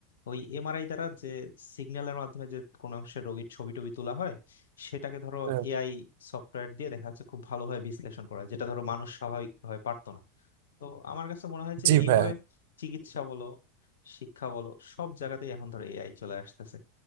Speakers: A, on the left; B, on the right.
A: ওই এমআরআই দ্বারা যে সিগন্যালের মাধ্যমে যে কোনো অংশের রোগীর ছবি টবি তোলা হয় সেটাকে ধরো
B: হ্যাঁ।
A: এআই সফটওয়্যার দিয়ে দেখা যাচ্ছে খুব ভালোভাবে বিশ্লেষণ করা হয়, যেটা ধরো মানুষ স্বাভাবিকভাবে পারতো না তো আমার কাছে মনে হয় যে
B: জি
A: এইভাবে
B: ভাই
A: চিকিৎসা বলো শিক্ষা বলো সব জায়গাতেই এখন ধরো এআই চলে আসতেছে